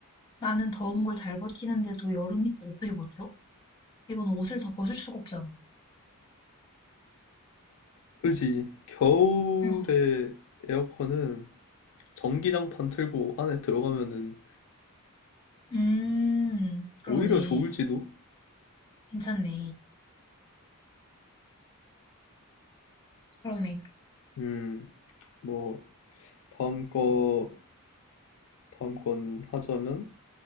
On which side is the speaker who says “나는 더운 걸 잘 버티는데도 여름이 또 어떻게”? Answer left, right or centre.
Left